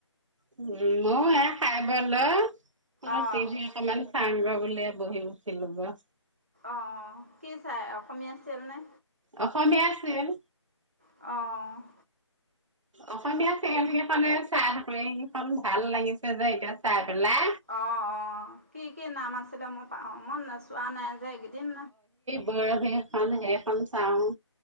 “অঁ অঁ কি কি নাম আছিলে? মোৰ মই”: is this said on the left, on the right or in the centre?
Right